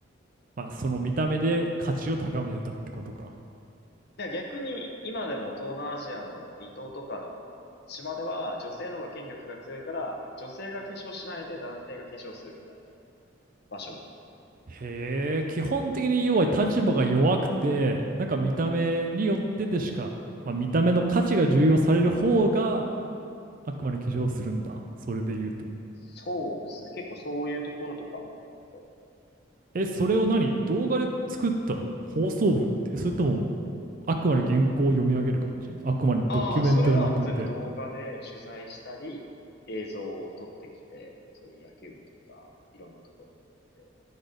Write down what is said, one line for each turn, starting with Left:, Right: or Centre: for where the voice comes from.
Right: まあその見た目で価値を高めてたってことか。
Left: だから逆に、今でも東南アジアの離島とかの島では、女性の方が権力が強いから、女性が化粧しないで男性が化粧するみたいな場所もある
Right: へえ、基本的に要は立場が弱くて、なんか見た目によってでしか、まあ、見た目の価値が重要される方があくまで化粧するんだ。それで言うと。
Left: そうですね。結構そういうところとかもあって。
Right: え、それを何動画で作ったの放送部って。それとも、あくまで原稿を読み上げる感じあくまでドキュメントでまとめて。
Left: ああ、それはもう全部動画で取材したり、映像を撮ってきて、そういう野球部とか、いろんなところに行って。